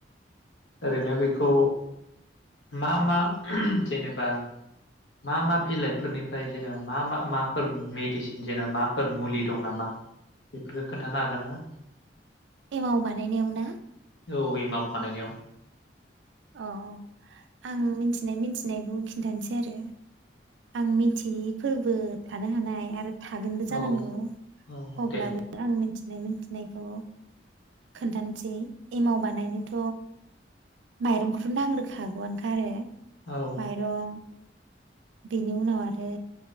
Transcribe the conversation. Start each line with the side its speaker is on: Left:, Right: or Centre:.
Left: ओरैनो बेखौ मा मा जेनेबा मा मा बिलाइफोरनिफ्राय जेनेबा मा मा माफोर मेडिसिन जेनबा माफोर मुलि दं नामा बेफोरखौ खोन्थानो हागोन ना?
Right: एमाव बानायनायाव ना?
Left: औ एमाव बानायनायाव।
Right: औ आं मिथिनाय मिथिनायखौ खिन्थानोसै आरो आं मिथियि फोरबो थानो हानाय आरो थागोनबो जानांगौ
Left: औ औ
Right: अब्लाबो
Left: दे
Right: आं मिथि नाय मिथिनायखौ खोन्थानोसै एमाव बानायनोथ माइरंखौ नांग्रोखागौआनोखा आरो
Left: औ
Right: माइरं बेनि उनाव आरो